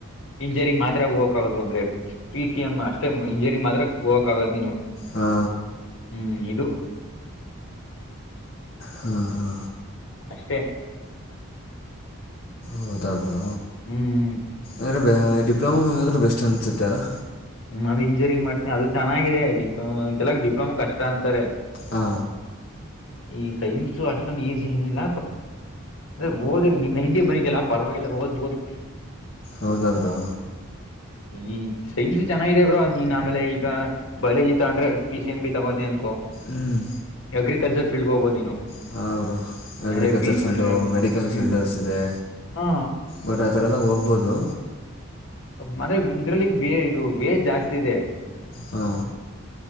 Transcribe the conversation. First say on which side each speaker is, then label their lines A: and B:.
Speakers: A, on the left; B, on the left.
A: ಇಂಜಿನಿಯರಿಂಗ್ ಮಾತ್ರ ಹೋಗೋಕ ಆಗೋದು ಅಂದ್ರೆ ಪಿ ಸಿ ಎಂ ಅಷ್ಟೇ ಇಂಜಿನಿಯರಿಂಗ್ ಮಾತ್ರ ಹೋಗಕ್ ಆಗೋದ ನೀನು
B: ಹಾ
A: ಹ್ಮ್ ಇದು
B: ಹಾ ಹಾ
A: ಅಷ್ಟೇ
B: ಹೌದಾ ಬ್ರೋ
A: ಹ್ಮ್
B: ಅಂದ್ರೆ ಡಿಪ್ಲೊಮಾದ್ರರು ಬೆಸ್ಟ್ ಅನ್ಸುತ್ತೆ ಅಲ್ಲಾ
A: ಹ್ಮ್ ಅದು ಇಂಜಿನಿಯರಿಂಗ ಮಾಡ್ತೇನಿ ಅದು ಚೆನ್ನಾಗಿದೆ ಡಿಪ್ಲೋಮಾ ಕೆಲ ಡಿಪ್ಲೊಮಾ ಕಷ್ಟ ಅಂತಾರೆ
B: ಹಾ
A: ಈ ಸೈನ್ಸ್ ಅಷ್ಟೊಂದು ಈಸಿ ಏನಿಲ್ಲ ಅದ ಓದಿರಿ ನಿನ್ನ ನೈಟಿ ಬಂದಿದ್ದಲ್ಲ ಪರವಾಗಿಲ್ಲ ಓದ್ಬೋದು
B: ಹೌದಾವ್ರಾ.
A: ಈ ಸೈನ್ಸ. ಚೆನ್ನಾಗಿ ಇದೆ ಬ್ರೋ ನೀನ್ ಆಮೇಲೆ ಈಗ ಬಯೋಲಾಜಿ ತಗೊಂಡ್ರೆ ಪಿ ಸಿ ಎಂ ಬಿ ತಗೋತಿ ಅನ್ಕು.
B: ಹ್ಮ್.
A: ಅಗ್ರಿಕಲ್ಚರ್ ಫೀಲ್ಡ್ ಹೋಗಬದು ನೀನು.
B: ಸಾ ಬ್ರೋ ಅಗ್ರಿಕಲ್ಚರ್
A: ಅಂದ್ರೆ ಬಿ
B: ಫೀಲ್ಡು
A: ಅಂದ್ರೆ
B: ಮೆಡಿಕಲ್
A: ಹ್ಮ್
B: ಫೀಲ್ಡಸ್ ಇದೆ.
A: ಹಾ
B: ಬಟ್ ಆ ಥರ ಎಲ್ಲ ಹೋಗ್ಬೋದು..
A: ಮತ್ತೆ ಇದ್ರಲ್ಲಿ ವೇ ಇದು ವೇಜ್ ಜಾಸ್ತಿ ಇದೆ.
B: ಹಾ.